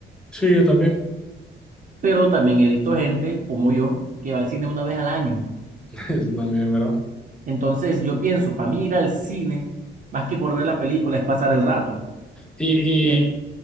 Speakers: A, in the centre; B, on the right.
A: Sí, yo también.
B: pero también he visto gente como yo que va al cine una vez al año.
A: <laughs> Eso también es verdad.
B: Entonces yo pienso, para mí ir al cine, más que por ver la película, es pasar el rato.
A: Y,
B: Y el,